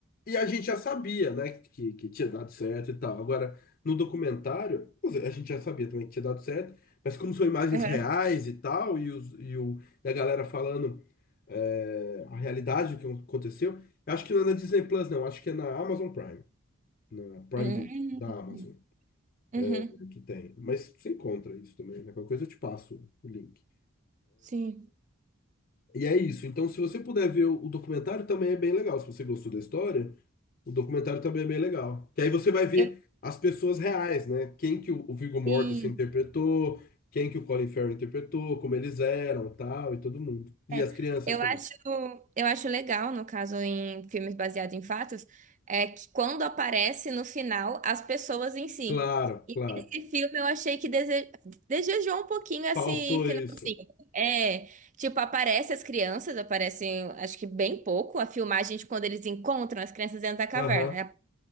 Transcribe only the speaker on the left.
e a gente já sabia, né, que, que tinha dado certo e tal. Agora, no documentário, quer dizer, a gente já sabia também que tinha dado certo, mas como são imagens
reais e tal, e, os, e, o, e a galera falando é, a realidade do que aconteceu, eu acho que não é na Disney Plus, não, acho que é na Amazon Prime, na Prime
Video, da Amazon,
é, que tem. Mas você encontra isso também, né? Qualquer coisa eu te passo o link.
E é isso. Então, se você puder ver o o documentário, também é bem legal. Se você gostou da história. O documentário também é bem legal. Que aí você vai ver
as pessoas reais, né? Quem que o o Viggo Mortensen
interpretou, quem que o Colin Farrell interpretou, como eles eram, tal, e todo mundo. E
as crianças
também.
Claro,
claro.
Faltou
isso.
Aham,